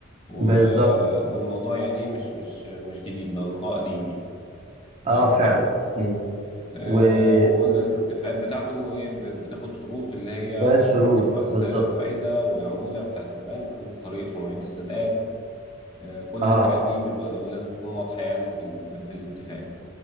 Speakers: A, on the left; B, on the right.
A: و-
B: بالظبط
A: والموضوع يعني ايه مش مش مش جديد ده الموضوع قديم يعني
B: اه
A: طيب
B: فعلا
A: حلو
B: مم.
A: آه،
B: وشويه
A: وقلنا الاتفاقات بتاعته ايه ب- بتاخد شروط اللي هي لازم
B: شروط
A: يتفقوا على
B: بالظبط
A: سعر الفايدة والعمولة بتاعة البنك وطريقة مواعيد السداد آه، كل
B: اه اه
A: الحاجات دي بيبقى لازم تكون واضحة يعني في ال- في الاتفاق